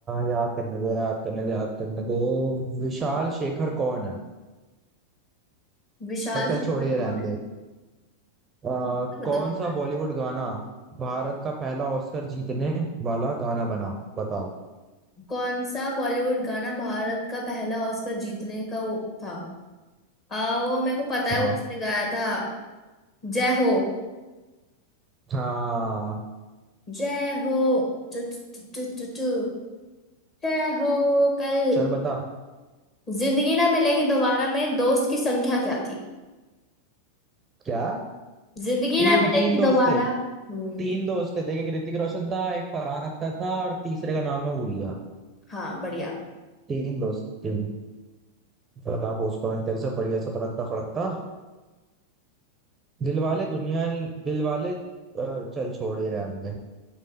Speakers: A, on the right; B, on the left.
A: याद करने दे याद करने दे याद करने दे विशाल शेखर कौन है
B: विशाल
A: अरे चल
B: शेखर
A: छोड़ ये
B: कौन
A: रहने
B: है
A: दे आ,
B: बताओ
A: कौन
B: कौन
A: सा
B: है
A: बॉलीवुड गाना भारत का पहला ऑस्कर जीतने वाला गाना बना बता
B: कौन सा बॉलीवुड गाना भारत का पहला ऑस्कर जीतने का वो था आ, वो मेरे को पता है
A: हाँ
B: वो उसने गाया था जय हो
A: हाँ
B: जय हो टु, टु, टु, टु, टु, जय हो कल
A: चल बता
B: जिंदगी ना मिलेगी दोबारा में दोस्त की संख्या क्या थी
A: क्या
B: जिंदगी
A: तीन
B: ना मिलेगी
A: तीन दोस्त
B: दोबारा
A: थे
B: हम्म
A: तीन दोस्त थे देखे ऋतिक रोशन था एक फरहान अख्तर था और तीसरे का नाम मैं भूल गया
B: हाँ बढ़िया
A: तीन दोस्त तीन बता पूछता हूँ तेरे से बढ़िया सा तड़कता फड़कता दिलवाले दुनिया दिलवाले अ, चल छोड़ ही रहे हमने